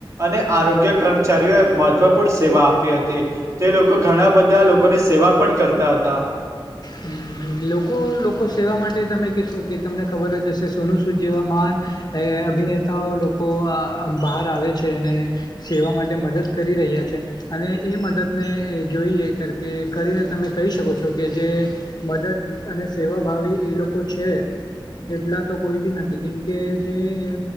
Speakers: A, on the right (about 35°); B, on the left (about 50°).
A: અને આરોગ્ય કર્મચારીઓએ મહત્વપૂર્ણ સેવા આપી હતી. તે લોકો ઘણા બધા લોકોની સેવા પણ કરતા હતા.
B: હમ લોકો લોકો સેવા માટે તમે કહેશો કે તમને ખબર જ હશે સોનુ સૂદ જેવા માન અભિનેતાઓ લોકો બહાર આવે છે અને સેવા માટે મદદ કરી રહ્યા છે. અને એ મદદને એ જોઈએ કર કે કરીને તમે કહી શકો છો કે જે મદદ અને સેવાભાવી એ લોકો છે. એટલા તો કોઈ બી નથી કેમકે જે એ